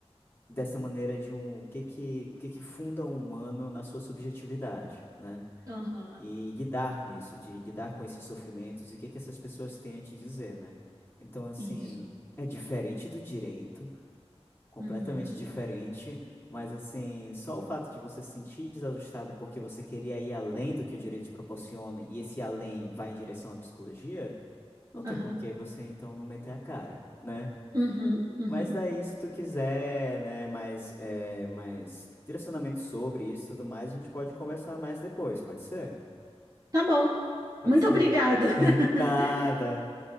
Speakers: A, on the left; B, on the right.
A: dessa maneira de um, o que que, o que que funda um humano na sua subjetividade, né?
B: aham,
A: e lidar com isso, de lidar com esses sofrimentos e o que que essas pessoas têm a te dizer, né? Então, assim,
B: isso.
A: é diferente do direito, completamente
B: Uhum,
A: diferente, mas assim, só o fato de você se sentir desajustado porque você queria ir além do que o direito te proporciona e esse além vai em direção à psicologia, não tem
B: aham,
A: por que você então não meter a cara, né?
B: uhum, uhum.
A: Mas daí, se tu quiser, né, mais, eh, mais direcionamento sobre isso e tudo mais, a gente pode conversar mais depois, pode ser?
B: Tá bom.
A: Pode
B: Muito
A: ser?
B: obrigada.
A: <laughs>
B: <laughs>
A: Nada.